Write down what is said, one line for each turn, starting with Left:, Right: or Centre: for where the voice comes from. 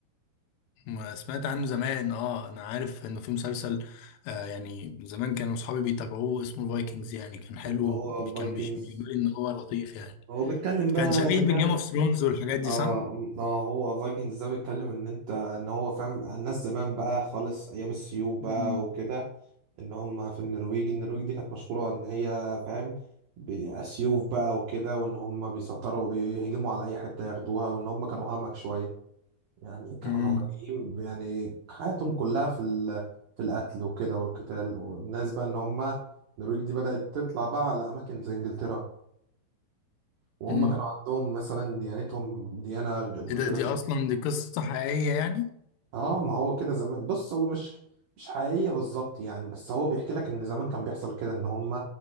Left: ما سمعت عنه زمان اه انا عارف انه في مسلسل آه يعني زمان كانوا اصحابي بيتابعوه اسمه الفايكنجز يعني كان حلو
Right: هو فايكنجز
Left: كانوا بيش- بيقولوا لي ان هو لطيف يعني
Right: هو بيتكلم بقى
Left: كان شبيه بجيم
Right: فاهم
Left: اوف ثرونز والحاجات دي
Right: اه
Left: صح؟
Right: اه هو فايكنجز ده بيتكلم ان انت ان هو فاهم الناس زمان بقى خالص ايام السيوف بقى
Left: امم
Right: وكده ان هم في النرويج النرويج دي كانت مشهورة ان هي فاهم بي- سيوف بقى وكده وان هم بيسطروا وبيهجموا على اي حتة ياخدوها وان هم كانوا همك شوية يعني كانوا
Left: امم
Right: همجيين يعني حياتهم كلها في ال... في القتل وكده والقتال والناس بقى ان هم النرويج دي بدأت تطلع بقى على اماكن زي انجلترا وهم
Left: امم
Right: كانوا عندهم مثلا ديانتهم ديانة غ-
Left: ايه
Right: غير
Left: ده دي اصلا دي قصة حقيقية يعني؟
Right: اه ما هو كده زمان بص هو مش مش حقيقية بالظبط يعني بس هو بيحكي لك ان زمان كان بيحصل كده ان هم